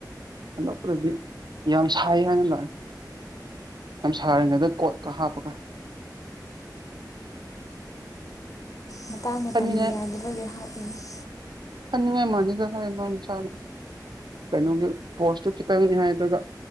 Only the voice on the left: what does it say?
ꯃꯇꯥꯡ ꯃꯇꯝ
ꯌꯥꯗꯨꯒ ꯍꯥꯞꯂꯤꯉ